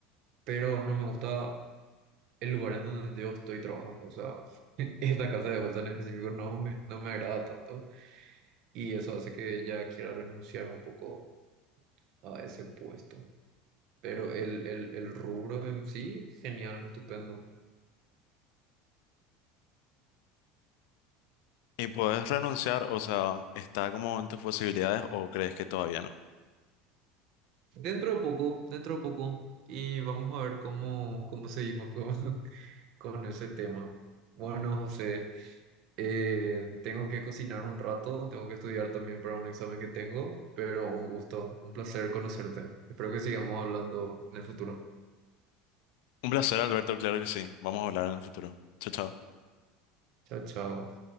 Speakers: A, on the right (about 60°); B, on the left (about 70°).
A: pero no me gusta el lugar en donde yo estoy trabajando, o sea, <laughs> esta casa de bolsa en específico no me, no me agrada tanto y eso hace que ya quiera renunciar un poco a ese puesto, pero el, el, el rubro en sí, genial, estupendo.
B: ¿Y puedes renunciar? O sea, ¿está como en tus posibilidades o crees que todavía no?
A: Dentro de poco, dentro de poco. Y vamos a ver cómo, cómo seguimos con, <laughs> con ese tema. Bueno, José, eh, tengo que cocinar un rato, tengo que estudiar también para un examen que tengo, pero un gusto, un placer conocerte. Espero que sigamos hablando en el futuro.
B: Un placer, Alberto, claro que sí. Vamos a hablar en el futuro. Chao, chao.
A: Chao, chao.